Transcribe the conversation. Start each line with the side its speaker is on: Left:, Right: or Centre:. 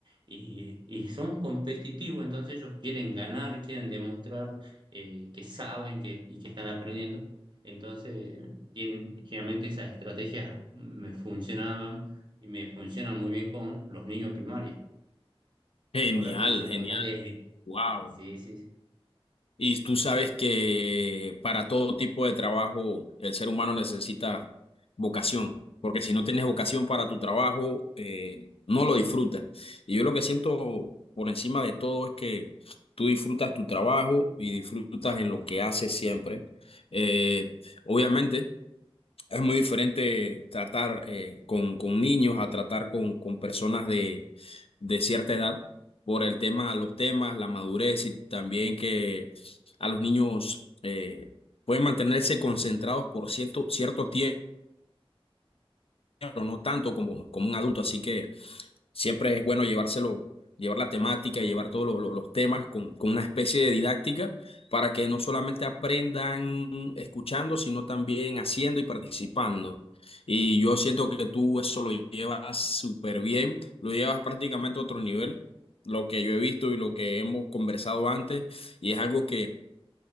Right: Y, y son competitivos, entonces ellos quieren ganar, quieren demostrar eh, que saben que, y que están aprendiendo. Entonces, tienen- generalmente esas estrategias me funcionaban y me funcionan muy bien con los niños primarios.
Left: genial,
Right: Pero ahora con secundaria
Left: genial,
Right: es... di-
Left: wow.
Right: Sí, sí, sí.
Left: Y tú sabes que para todo tipo de trabajo el ser humano necesita vocación, porque si no tienes vocación para tu trabajo, eh, no lo disfrutas. Y yo lo que siento por encima de todo es que tú disfrutas tu trabajo y disfrutas en lo que haces siempre. Eh, obviamente. Es muy diferente tratar eh, con, con niños a tratar con, con personas de, de cierta edad por el tema, los temas, la madurez y también que a los niños eh, pueden mantenerse concentrados por cierto, cierto tiempo, pero no tanto como, como un adulto. Así que Siempre es bueno llevárselo, llevar la temática, llevar todos lo- lo- los temas con, con una especie de didáctica para que no solamente aprendan escuchando, sino también haciendo y participando. Y yo siento que tú eso lo llevas súper bien, lo llevas prácticamente a otro nivel, lo que yo he visto y lo que hemos conversado antes, y es algo